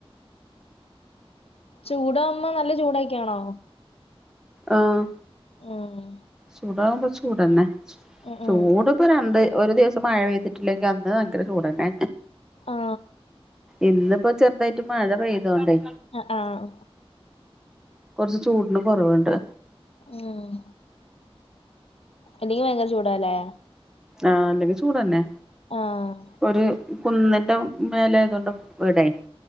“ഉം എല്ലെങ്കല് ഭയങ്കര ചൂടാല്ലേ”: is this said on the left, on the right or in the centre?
Left